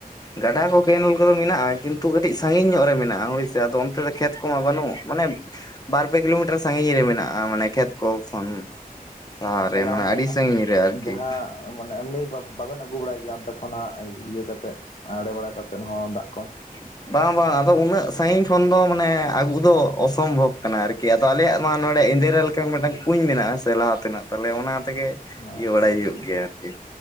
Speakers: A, on the left; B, on the left.
A: ᱜᱟᱰᱟ ᱠᱚ ᱠᱮᱱᱮᱞ ᱠᱚᱫᱚ ᱢᱮᱱᱟᱜ-ᱟ ᱠᱤᱱᱛᱩ ᱠᱟᱹᱴᱤᱡ ᱥᱟᱺᱜᱤᱧ ᱧᱚᱜ ᱨᱮ ᱢᱮᱱᱟᱜ-ᱟ, ᱦᱳᱭᱥᱮ ᱟᱫᱚ ᱚᱱᱛᱮ ᱫᱚ ᱠᱷᱮᱛ ᱠᱚᱢᱟ ᱵᱟᱹᱱᱩᱜ ᱢᱟᱱᱮ ᱵᱟᱨ ᱯᱮ ᱠᱤᱞᱳᱢᱤᱴᱟᱨ ᱥᱟᱺᱜᱤᱧ ᱨᱮ ᱢᱮᱱᱟᱜ-ᱟ ᱢᱟᱱᱮ ᱠᱷᱮᱛ ᱠᱚ ᱠᱷᱚᱱ, ᱥᱟᱦᱟᱨᱮ
B: ᱛᱟᱦᱚᱞᱮ
A: ᱢᱟᱱᱮ
B: ᱚᱱᱛᱮ
A: ᱟᱹᱰᱤ
B: ᱦᱟᱸᱜ
A: ᱥᱟᱺᱜᱤᱧ ᱨᱮ ᱟᱨᱠᱤ
B: ᱡᱟᱦᱟᱸ
A: ᱾
B: ᱢᱟᱱᱮ ᱮᱢᱱᱤ ᱵᱟᱵᱮᱱ ᱟᱹᱜᱩ ᱵᱟᱲᱟᱭ ᱜᱮᱭᱟ ᱚᱱᱛᱮ ᱠᱷᱚᱱ ᱦᱟᱸᱜ ᱤᱭᱟᱹ ᱠᱟᱛᱮᱫ ᱟᱲᱮ ᱵᱟᱲᱟ ᱠᱟᱛᱮᱫ ᱦᱚᱸ ᱫᱟᱜ ᱠᱚ᱾
A: <unintelligible> ᱵᱟᱝ ᱵᱟᱝ ᱟᱫᱚ ᱩᱱᱟᱹᱜ ᱥᱟᱺᱜᱤᱧ ᱠᱷᱚᱱ ᱫᱚ ᱢᱟᱱᱮ ᱟᱹᱜᱩ ᱫᱚ ᱚᱥᱚᱢᱵᱷᱚᱵ ᱠᱟᱱᱟ ᱟᱨᱠᱤ ᱟᱫᱚ ᱟᱞᱮᱭᱟᱜ ᱢᱟ ᱱᱚᱰᱮ ᱤᱱᱫᱮᱨᱮᱞ ᱢᱤᱫᱴᱟᱝ ᱠᱩᱧ ᱢᱮᱱᱟᱜᱼᱟ ᱦᱮᱸᱥᱮ ᱞᱟᱦᱟ ᱛᱮᱱᱟᱜ ᱛᱟᱦᱚᱞᱮ ᱚᱱᱟ ᱛᱮᱜᱮ
B: ᱦᱳᱭ
A: ᱤᱭᱟᱹ ᱵᱟᱲᱟᱭ ᱦᱩᱭᱩᱜ ᱜᱮᱭᱟ ᱟᱨᱠᱤ᱾